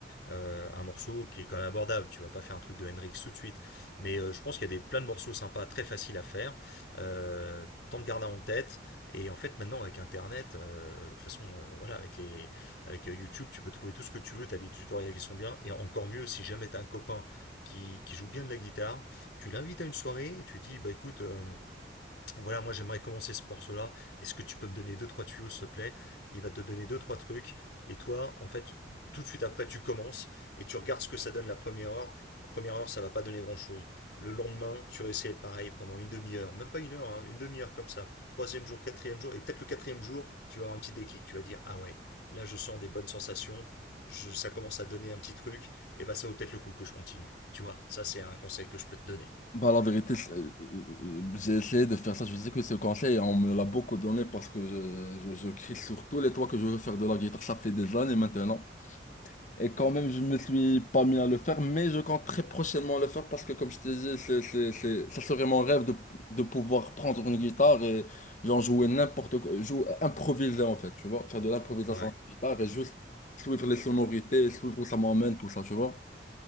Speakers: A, on the left; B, on the left.
A: euh, un morceau qui est quand même abordable. Tu vas pas faire un truc de Hendrix tout de suite. Mais euh, je pense qu'il y a des, plein de morceaux sympas, très faciles à faire. Euh, tant de garder en tête. Et en fait, maintenant, avec Internet, euh, de toute façon, euh, voilà, avec, les, avec euh, YouTube, tu peux trouver tout ce que tu veux. Tu as des tutoriels qui sont bien. Et encore mieux, si jamais tu as un copain qui, qui joue bien de la guitare, tu l'invites à une soirée et tu dis, bah écoute, euh, voilà, moi j'aimerais commencer ce morceau-là. Est-ce que tu peux me donner deux trois tuyaux, s'il te plaît Il va te donner deux trois trucs. Et toi, en fait, tout de suite après, tu commences et tu regardes ce que ça donne la première heure. La première heure, ça va pas donner grand-chose. Le lendemain, tu réessayes pareil pendant une demi-heure, même pas une heure, hein, une demi-heure comme ça. Troisième jour, quatrième jour, et peut-être le quatrième jour, tu vas avoir un petit déclic. Tu vas dire ah ouais, là je sens des bonnes sensations. Je, ça commence à donner un petit truc. Et bah ça vaut peut-être le coup que je continue. Tu vois, ça c'est un conseil que je peux te donner.
B: Bah, la vérité, c'est- euh, euh, j'ai essayé de faire ça. Je sais que ce conseil, on me l'a beaucoup donné parce que je, je, je crie sur tous les toits que je veux faire de la guitare. Ça fait des années maintenant. Et quand même, je me suis pas mis à le faire, mais je compte très prochainement le faire parce que, comme je t'ai dit, c'est, c'est- c'est- ça serait mon rêve de, de pouvoir prendre une guitare et genre jouer n'importe quoi, jouer, improviser en fait, tu vois, faire de l'improvisation
A: Ouais.
B: de guitare et juste suivre les sonorités, suivre où ça m'emmène, tout ça, tu vois.